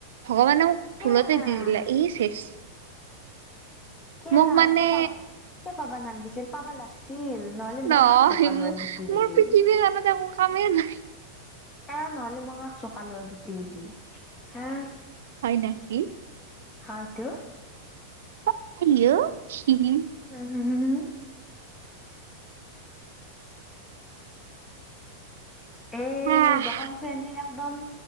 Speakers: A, on the right; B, on the left.
A: ভগৱানে মোক
B: কিয়া
A: ভুলতে দি দিলা ই চেচ।
B: কিয়া,
A: মোক মানে
B: কিয়া পাওঁ। কে পাবা নামিছিল পাবা লাগিছিল নহলে মই
A: নহয়
B: কাক জোকালো
A: মোক
B: আৰু গুটি বুলি
A: মোৰ পৃথিৱীখনত <unintelligible>
B: আহ নহলে মই কাক চকাল আৰু বুটি বুলি হা
A: হয় নাকি
B: হয়টো
A: হেল্ল'।
B: উম এ
A: আহ
B: দশম শ্ৰেণী একদম